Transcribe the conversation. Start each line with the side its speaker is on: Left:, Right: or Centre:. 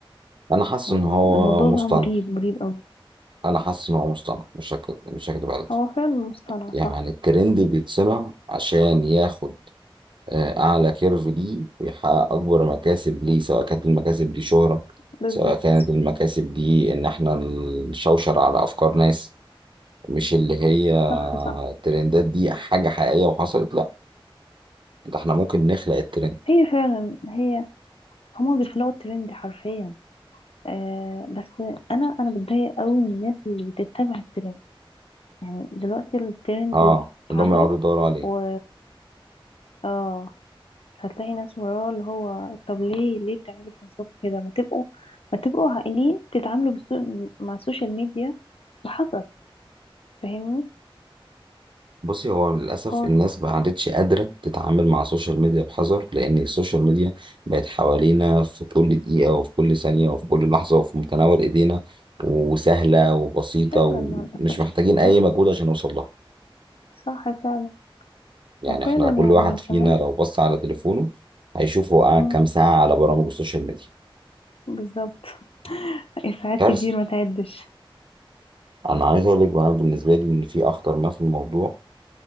Right: انا حاسس
Left: يعني
Right: ان هو
Left: الموضوع
Right: مصطنع
Left: بقى مريب مريب قوي
Right: انا حاسس ان هو مصطنع مش هك... مش هكدب عليك
Left: هو فعلا مصطنع
Right: يعني
Left: صح
Right: الترند بيتصنع عشان ياخد آه، اعلى كيرف ليه ويحقق اكبر مكاسب ليه سواء كانت المكاسب دي شهرة
Left: بالظبط
Right: سواء كانت المكاسب دي ان احنا نشوشر على افكار ناس مش اللي هي
Left: صح صح
Right: الترندات دي حاجة حقيقية وحصلت لا ده احنا ممكن نخلق الترند
Left: هي فعلا هي هما بيخلقوا الترند حرفيا آه بس انا انا بتضايق قوي من الناس اللي بتتبع الترند يعني دلوقتي الترند
Right: اه
Left: اتعمل
Right: اللي هم يقعدوا يدوروا عليه
Left: و اه هتلاقي ناس وراه اللي هو طب ليه ليه بتعملوا في نفسكم كده ما تبقوا ما تبقوا عاقلين تتعاملوا بالسو... مع السوشيال ميديا بحذر فاهمني
Right: بصي هو للأسف
Left: هو
Right: الناس ما عادتش قادرة تتعامل مع السوشيال ميديا بحذر لأن السوشيال ميديا بقت حوالينا في كل دقيقة وفي كل ثانية وفي كل لحظة وفي متناول إيدينا وسهلة وبسيطة
Left: فعلا
Right: ومش
Left: مع الأسف
Right: محتاجين أي
Left: صح
Right: مجهود عشان نوصل لها
Left: صح فعلا
Right: يعني
Left: وفعلا
Right: احنا كل
Left: يعني
Right: واحد فينا
Left: كمان
Right: لو بص على تليفونه هيشوف هو قعد
Left: مم،
Right: كام ساعة على برامج السوشيال ميديا
Left: بالظبط <laughs> ساعات
Right: كارثة
Left: كتير ما تعدش
Right: انا عايز اقول لك بقى أنا بالنسبه لي ان في اخطر ما في الموضوع